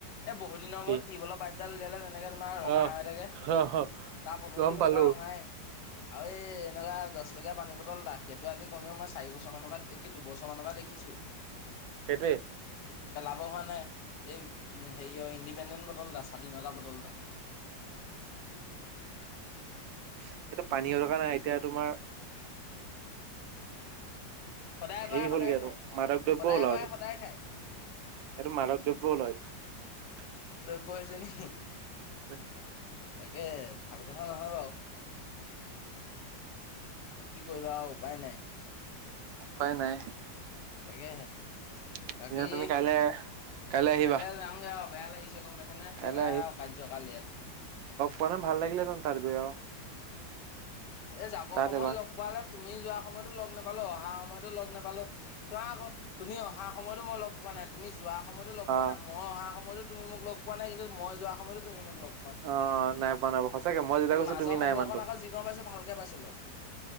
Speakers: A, on the left; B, on the right.
A: এ বহুত দিনৰ
B: কি
A: মূৰত টিউবেলৰ পাইপডাল উলিয়ালে জানো। এনেকে তোমাৰ ৰঙা
B: আহ
A: হৈ থাকে। তাৰ বটল
B: গম
A: টো তেনেকুৱা
B: পালো
A: ৰঙাই আৰু এই এনেকুৱা। দহ টকীয়া পানী বটল দাগ সেইটো আজি কমেও মই চাৰি বছৰ মানৰ পৰা কি দুবছৰ মানৰ পৰা দেখিছোঁ।
B: সেইটোৱেই।
A: <unintelligible> হোৱা নাই। এই হেৰি অ ইণ্ডিপেণ্ডেণ্ট বটল এটা স্বাধীনতা বটলটা।
B: সেইটো পানী দৰকাৰ নাই এতিয়া তোমাৰ।
A: সদায়
B: সেই
A: ভৰাই
B: হ'লগে
A: সদায়
B: আৰু
A: খায়
B: মাদক দ্ৰব্য
A: সদায়
B: হ'ল আৰু।
A: ভৰাই সদায়
B: সেইটো
A: খায়
B: মাদক দ্ৰব্যয় এতিয়া।
A: প্ৰয়োজনী।
B: <inaudible>
A: তাকে ভাল কথা নহয় বাৰু। কি কৰিবা উপায় নাই।
B: উপাই নাই।
A: তাকেহে
B: এতিয়া
A: বাকি
B: তুমি কাইলে কাইলৈ আহিবা
A: কাললৈ যাম গে আও। বেয়া লাগিছে গম পাইছে নে <unintelligible>
B: কাইলৈ
A: আৰু কাৰ্যকাল ইয়াত।
B: মানে ভাল লাগিলে <unintelligible> তাত গৈ।
A: এ যাব
B: তাত
A: সময়
B: এবাৰ
A: লগ পোৱালে। তুমি যোৱা সময়তো লগ নাপালোঁ অহা সময়তো লগ নাপালোঁ চোৱা আকৌ তুমি অহা সময়তো মই লগ পোৱা। তুমি যোৱা সময়তো লগ
B: অ
A: পোৱা নাই মই অহা সময়তো মোক লগ পোৱা নাই কিন্তু মই যোৱা সময়তো তুমি মোক লগ।
B: অ নাই পোৱা নাই। সঁচাকে মই যেতিয়া
A: ন
B: কৈছো
A: মাজৰ
B: তুমি
A: সময়খন
B: নাই মানুহটো
A: আকৌ যিকণ পাইছোঁ ভালকে পাইছোঁ লগ।